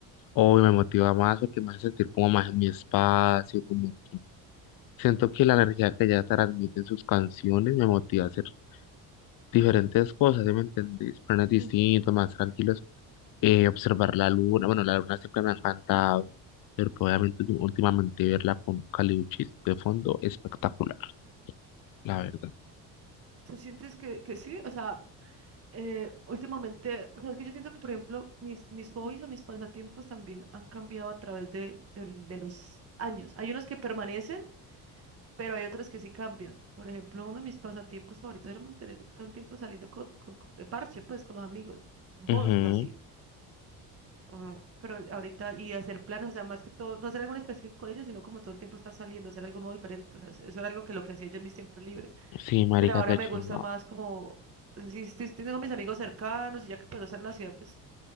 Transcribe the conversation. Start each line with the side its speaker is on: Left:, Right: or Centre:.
Left: Hoy me motiva más porque me hace sentir como más en mi espacio, como que siento que la energía que ella transmite en sus canciones me motiva a hacer diferentes cosas, ¿sí me entendés? Planes distintos,
Right: Ujú.
Left: más tranquilos. eh, observar la luna. Bueno, la luna siempre me ha encantado, pero obviamente tú- últimamente verla con caliuchis de fondo, espectacular, la verdad.
Right: ¿Tú sientes que, que sí? O sea, eh, últimamente, o sea, es que yo siento que, por ejemplo, mis, mis hobbies o mis pasatiempos también han cambiado a través de, del- de los años. Hay unos que permanecen, pero hay otros que sí cambian. Por ejemplo, uno de mis pasatiempos favoritos era mantener todo el tiempo saliendo con, con- con- de parche, pues, con los amigos. Vos,
Left: Ujú.
Right: o sea, sí. Ah, pero ahorita, y hacer planes, o sea, más que todo, no hacer algo en específico con ellos, sino como todo el tiempo estar saliendo, hacer algo nuevo diferente. o sea, eso era algo que lo que hacía yo en mis tiempos libres.
Left: Sí, marica,
Right: Pero ahora
Left: qué
Right: me
Left: chimba.
Right: gusta más como, o sea, si, si tengo mis amigos cercanos y ya que puedo estar en la ciudad, pues